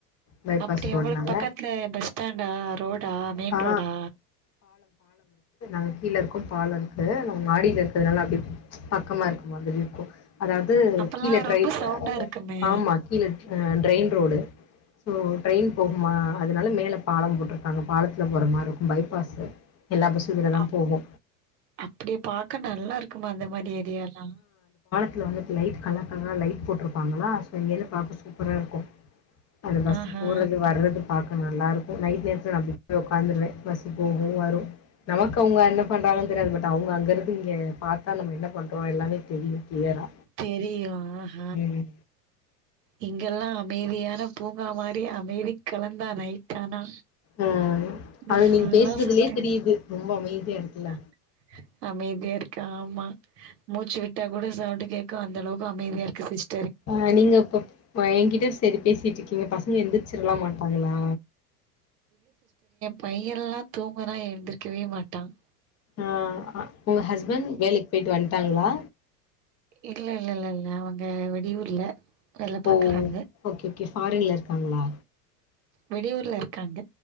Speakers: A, on the left (about 30°); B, on the right (about 75°).
A: பைபாஸ்
B: அப்டி
A: ரோடுனால
B: <unintelligible> பஸ் ஸ்டாண்டா ரோடா மெயின்
A: ஆ
B: ரோடா
A: ங்க கீழ இருக்கோ பாலம் இருக்கு நாங்க மாடியில இருக்குறதுனால அப்டி ப்ச் பக்கமா இருக்குமா அ இருக்கும் அதாவது
B: அப்பல்லாம்
A: கீழ ட்ரை
B: ரொம்ப சவுண்டா இருக்குமே
A: ஆமா கீழ ட்ரெயின் ரோடு சோ ட்ரெயின் போகுமா அதனால மேலே பாலம் போட்டிருக்காங்க பாலத்துல போற மாரி இருக்கும் பைபாஸு எல்லா பஸ்ஸு இதுல தா
B: அப்
A: போகு
B: அப்படி பாக்க நல்லா இருக்குமா அந்த மாதிரி ஏரியாலாம்
A: ட்ல வந்து லைட் கலர் கலரா லைட் போட்டிருப்பாங்களா சோ இங்கருந்து பாக்க சூப்பரா இருக்கும் அது பஸ்
B: ஆஹா
A: போறது வர்றது பாக் நல்லாருக்கும் நைட்நேரத்தில நான் அங்க போய் உட்காந்துருவேன் பஸ்ஸு போகும் வரும் நமக்கு அவங்க என்ன பண்றாங்கன்னு தெரியாது பட் அவங்க அங்கிறது இங்க பார்த்தா நம்ம என்ன பண்றோம் எல்லாமே தெரியும் கிளியரா
B: தெரியு ஆஹ
A: ம்
B: இங்கெல்லாம் அமைதியான பூங்கா மாரி அமைதி கலந்தா நைட் ஆனா
A: ம்
B: இந்த
A: அது
B: ஃபுல்லா
A: நீங்க பேசுறதுலயே
B: <unintelligible>
A: தெரியுது ரொம்ப அமைதியா இருக்குல்ல
B: அமைதியா இருக்கு ஆமா மூச்சு விட்டா கூட சவுண்டு கேக் கும் அந்த அளவுக்கு அமைதியாருக்கு சி்ஸ்ட்
A: ஆ நீங்க அப்ப <unintelligible> என்கிட்ட சரி பேசிட்டு இருக்கீங்க பசங் ங்க எந்திரச்சிடலாம் மாட்டாங்களா
B: பையல்லா தூங்குனா எழுந்திருக்கவே மாட்டான்
A: அஅ உங்க ஹஸ்பண்ட் வேலைக்கு போயிட்டு வந்ட்டாங்ளா
B: இல்ல இல்ல இல்லல்ல அவங்க வெளியூர்ல வேல
A: ஓ
B: பாக்குறாங்க
A: ஓகே ஓகே ஃபாரின்ல இருக்காங்ளா
B: வெளியூர்ல இருக்காங்க